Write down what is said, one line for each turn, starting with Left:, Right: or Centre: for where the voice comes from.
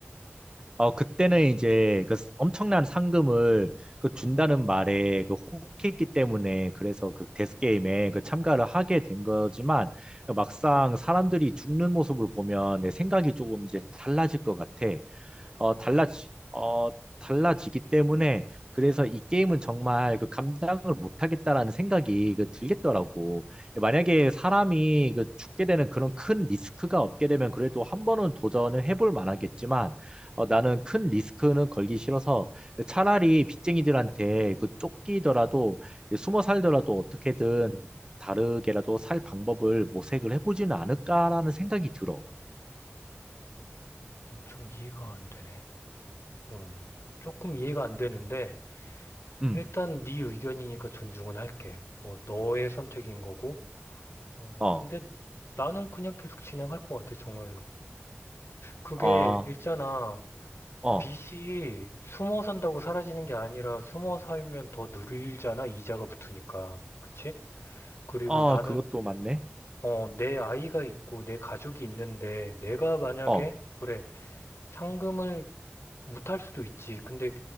Right: 어, 그때는 이제 그 엄청난 상금을 그 준다는 말에 그 혹했기 때문에 그래서 그 데스게임에 그 참가를 하게 된 거지만 막상 사람들이 죽는 모습을 보면 내 생각이 조금 이제 달라질 것 같아. 어, 달라지, 어, 달라지기 때문에 그래서 이 게임은 정말 그 감당을 못하겠다라는 생각이 그 들겠더라고. 만약에 사람이 그 죽게 되는 그런 큰 리스크가 없게 되면 그래도 한 번은 도전을 해볼 만하겠지만 어, 나는 큰 리스크는 걸기 싫어서 차라리 빚쟁이들한테 그 쫓기더라도 숨어 살더라도 어떻게든 다르게라도 살 방법을 모색을 해보지는 않을까라는 생각이 들어.
Left: 난 좀 이해가 안 되네. 음, 조금 이해가 안 되는데
Right: 음,
Left: 일단 네 의견이니까 존중은 할게. 뭐 너의 선택인 거고. 어,
Right: 어,
Left: 근데 나는 그냥 계속 진행할 것 같아, 정말로. 그게
Right: 어,
Left: 있잖아.
Right: 어.
Left: 빚이 숨어 산다고 사라지는 게 아니라 숨어 살면 더 늘잖아, 이자가 붙으니까. 그치? 그리고
Right: 어,
Left: 나는
Right: 그것도 맞네.
Left: 어, 내 아이가 있고 내 가족이 있는데 내가 만약에
Right: 어,
Left: 그래 상금을 못할 수도 있지. 근데